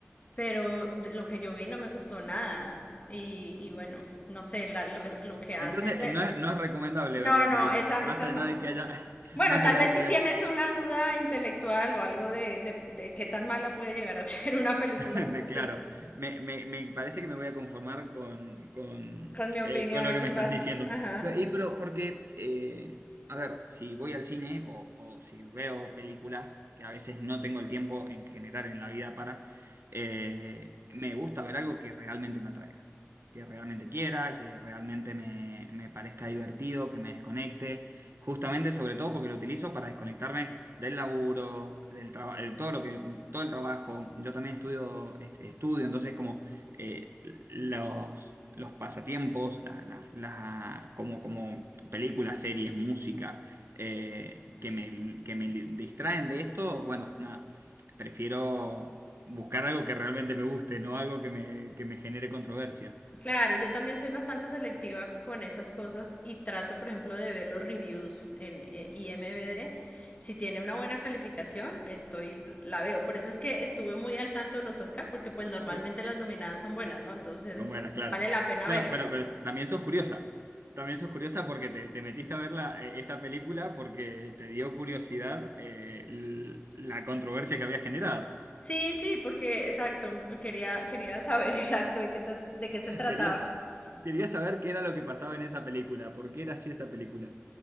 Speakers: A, on the left (about 30°); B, on the right (about 65°).
A: pero de lo que yo vi no me gustó nada. Y, y bueno, no sé, la- el re- lo que hacen
B: Entonces,
A: de...
B: no es, no es recomendable
A: No,
B: ver la
A: no,
B: película,
A: esa,
B: más
A: esa
B: allá
A: no.
B: de que haya... <laughs>
A: Bueno,
B: Más
A: tal
B: allá
A: vez
B: de que
A: si
B: haya
A: tienes una duda intelectual o algo de, de- de qué tan mala puede llegar a <laughs> ser una película,
B: <laughs> De,
A: pues
B: claro,
A: sí,
B: me, me- me parece que me voy a conformar con, con,
A: con mi opinión,
B: eh, con lo que me estás
A: va-
B: diciendo.
A: ajá.
B: Y pero porque, eh, a ver, si voy al cine o, o si veo películas, que a veces no tengo el tiempo en general en la vida para, eh, me gusta ver algo que realmente me atraiga, que realmente quiera, que realmente me, me parezca divertido, que me desconecte. Justamente, sobre todo porque lo utilizo para desconectarme del laburo, del trabajo, todo lo que, todo el trabajo. Yo también estudio, est- estudio, entonces como eh, los, los pasatiempos, la- la- la- como, como películas, series, música, eh, que me, que me li- distraen de esto, bueno, nada, prefiero buscar algo que realmente me guste, no algo que me, que me genere controversia.
A: Claro, yo también soy bastante selectiva con esas cosas y trato, por ejemplo, de ver los reviews en eh, IMDb. Si tiene una buena calificación, estoy, la veo. Por eso es que estuve muy al tanto de los Oscar, porque pues normalmente
B: Pero
A: las nominadas son buenas, ¿no? Entonces
B: Son buenas, claro.
A: vale la pena
B: Bueno,
A: verlas.
B: pero, pero también sos curiosa. También sos curiosa porque te, te metiste a ver la- eh, esta película porque te dio curiosidad eh, l- la controversia que había generado.
A: Sí, sí, porque exacto, quería, quería saber <laughs> exacto de qué, te- de qué se trataba.
B: Querías, querías saber qué era lo que pasaba en esa película, por qué era así esa película.